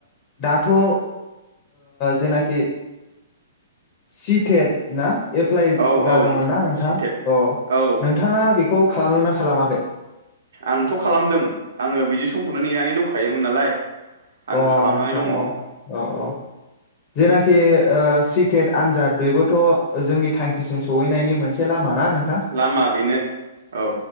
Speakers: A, on the left (about 20°); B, on the right (about 75°).
A: दाथ' ओ जेनाखि सिथेथ ना एप्लाइ
B: औ औ
A: जादोंमोन ना नोंथां
B: सिटेट
A: अ
B: औ
A: नोंथाङा बेखौ खालामदों ना खालामाखै
B: आंथ' खालामदों आङो बिदि समखौनो नेनानै दंखायोमोन नालाय आं
A: अ
B: खालामनानै
A: नोंथां
B: दङ ओ
A: अ औ औ जेनाखि ओ सिथेथ आनजाद बेबो थ' जोंनि थांखिसिम सौहैनायनि मोनसे लामा ना नोंथां
B: लामा बेनो औ